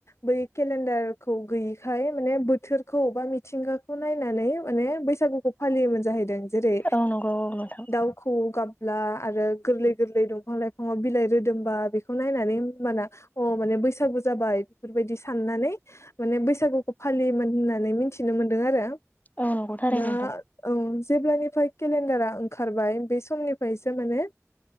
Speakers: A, on the left (about 60°); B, on the left (about 30°).
A: बै केलेडारखौ गैयैखाय माने बोथोरखौ बा मिथिंगाखौ नायनानै माने बैसागुखौ फालियोमोन जाहैदों जेरै
B: औ नंगौ औ नोंथां
A: दाउखौ गाब ला आरो गोरलै गोरलै दंफां लाइफाङाव बिलाइ रोदोमबा बेखौ नायनानै होमबाना अ माने बैसागु जाबाय बेफोरबायदि साननानै माने बैसागुखौ फालियोमोन होननानै मिथिनो मोनदों आरो
B: औ नंगौ थारैनो
A: दा
B: नोंथां
A: औ जेब्लानिफ्राय केलेन्डारा ओंखारबाय बे समनिफ्रायसो माने